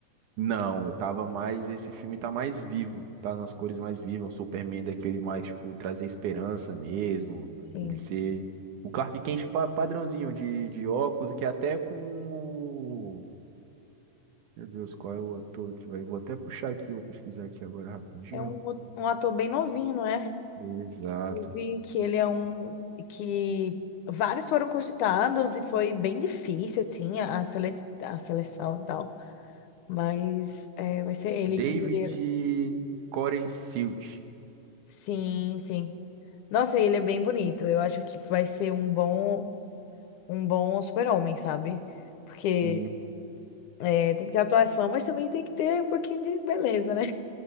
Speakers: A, on the right; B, on the left.
A: Não, eu tava mais. Esse filme tá mais vivo, tá nas cores mais vivas. O Superman é daquele mais, tipo, trazer esperança mesmo.
B: Sim.
A: Ele ser. O Clark Kent pa- padrãozinho de, de óculos, que até com. o- Meu Deus, qual é o ator que vai. Vou até puxar aqui, vou pesquisar aqui agora rapidinho.
B: É um, um ator bem novinho, não é?
A: Exato.
B: Eu vi que ele é um que vários foram cogitados e foi bem difícil assim a, a sele- a seleção e tal. Mas é, vai ser ele.
A: David
B: E ele- é,
A: Copperfield.
B: Sim, sim. Nossa, ele é bem bonito. Eu acho que vai ser um bom um bom super-homem, sabe? Porque
A: Sim,
B: é, tem que ter atuação, mas também tem que ter um pouquinho de beleza, né?